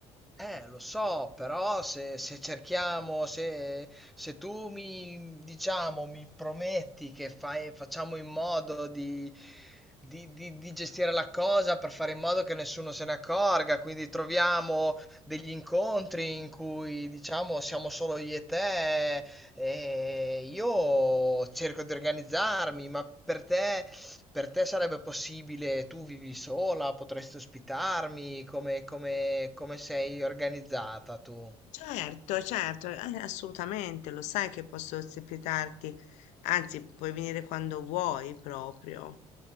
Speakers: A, in the centre; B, on the left.
A: Eh, lo so, però se, se cerchiamo, se, se tu mi, diciamo, mi prometti che fai, facciamo in modo di, di- di- di gestire la cosa per fare in modo che nessuno se ne accorga, quindi troviamo degli incontri in cui, diciamo, siamo solo io e te, e io cerco di organizzarmi, ma per te... Per te sarebbe possibile, tu vivi sola, potresti ospitarmi, come, come, come sei organizzata tu?
B: Certo, certo, eh, assolutamente, lo sai che posso ospitarti, anzi puoi venire quando vuoi proprio,